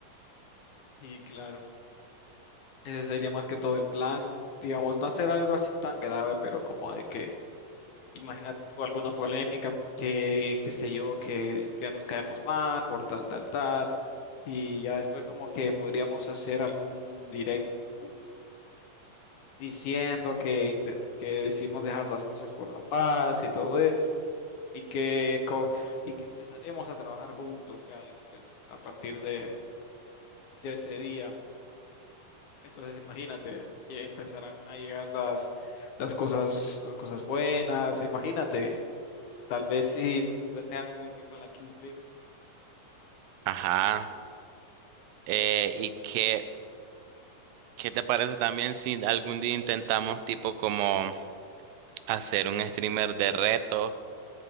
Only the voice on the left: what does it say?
Sí, claro. Ese sería más que todo el plan, digamos, no hacer algo así tan grave, pero como de que, imagínate tú alguna polémica, que, qué sé yo, que, que nos caemos mal por tal, tal, tal, y ya después como que podríamos hacer algún directo juntos. diciendo que, inte- que decidimos dejar las cosas por la paz y todo eso, y que, co- y que empezaremos a trabajar juntos ya después, a partir de, de ese día. Entonces imagínate, ya empezarán a llegar las, las cosas, las cosas buenas, imagínate, tal vez si nos ofrecen algún equipo en la Kings League.